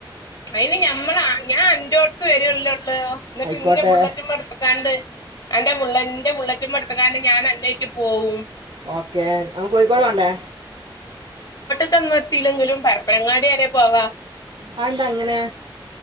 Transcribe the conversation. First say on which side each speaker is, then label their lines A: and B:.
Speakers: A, on the left (about 45°); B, on the right (about 80°).
A: അയിന് ഞമ്മൾ ഞാൻ അന്റോഡ്ക്ക് വരല്ലോള്ളൂ എന്നിട്ട്
B: ആയിക്കോട്ടെ
A: പിന്നെ ബുള്ളറ്റ് മടുത്തക്കാണ്ട് എന്റെ ബുള്ളറ്റ്മ്മൽ എന്റെ ബുള്ളറ്റ്മ്മൽ എടുത്ത്ക്കേണ്ട ഞാൻ എന്നേറ്റ് പോകും
B: ഓക്കെ അമ്മക്ക് കോഴിക്കോട് പോണ്ടേ
A: അവിടേക്കൊന്നും എത്തില്ലെങ്കിലും പരപ്പനങ്ങാടി വരെ പോവാ
B: ആ എന്താ അങ്ങനെ